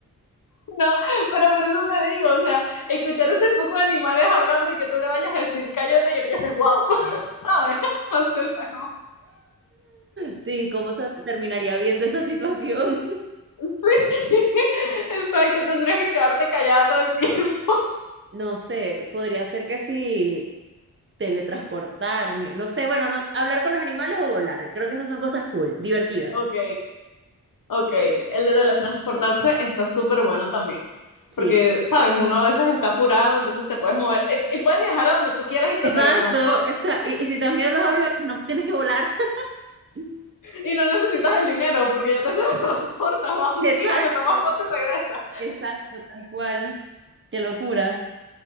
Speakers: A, on the left; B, on the right.
A: ¿no? Pero por eso te digo, o sea, escuchar ese poco de animales hablando y que tú le vayas a decir cállate y empieces, wow, <laughs> ¿sabes? O sea, está como,
B: Sí, ¿cómo se terminaría viendo esa situación?
A: <laughs> sí, exacto, tendrías que quedarte callada todo el tiempo. <laughs>
B: No sé, podría ser que sí teletransportarme. No sé, bueno, no, hablar con los animales o volar. Creo que esas son cosas cool, divertidas.
A: Ok, Ok, el de teletransportarse está súper bueno también.
B: Sí.
A: Porque, sabes, uno a veces está apurado, entonces te puedes mover y, y puedes viajar a donde tú quieras y te
B: Exacto,
A: teletransportas.
B: exacto. Y, y si también los aviones, no tienes que volar. <laughs>
A: Y no necesitas el dinero porque ya te <laughs> teletransportas, vas un
B: Exacto,
A: día, te tomas foto y regresas.
B: exacto, tal cual. Qué locura.